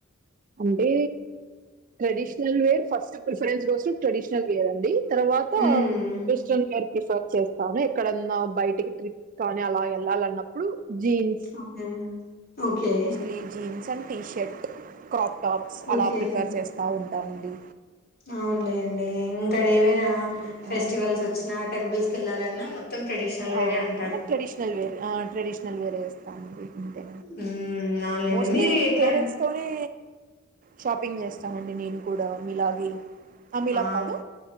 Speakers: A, on the right (about 40°); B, on the left (about 50°).
A: అంటే ట్రెడిషనల్ వేర్ ఫస్ట్ ప్రిఫరెన్స్ కోసం ట్రెడిషనల్ వేర్ అండి తర్వాత
B: హ్మ్
A: వెస్ట్రన్ వేర్ ప్రిఫర్ చేస్తాను ఎక్కడన్నా బయటికి ట్రిప్స్ కానీ అలా వెళ్ళాలన్నప్పుడు జీన్స్
B: ఓకే ఓకే
A: స్లీ jeans some T shirt crop tops అలా
B: ఓకే
A: ప్రిఫర్ చేస్తా ఉంటానండి
B: అవునులేండి ఇంకాఏవైనా
A: ఓకే
B: ఫెస్టివల్స్
A: ఆ,
B: వచ్చినా టెంపుల్స్ కి వెళ్ళాలన్నా మొత్తం ట్రెడిషనల్ వేరే
A: ఆ
B: అంటారు
A: ట్రెడిషనల్ వేర్ ఆ ట్రెడిషనల్ వేర్ వేస్తాండి అంతే
B: మ్మ్ అవునులేండి
A: మోస్ట్లీ
B: మీరు ఎట్లా
A: పేరెంట్స్తోనే షాపింగ్ చేస్తానండి నేను కూడా మీలాగే ఆమెలాగ
B: ఆ
A: కాదు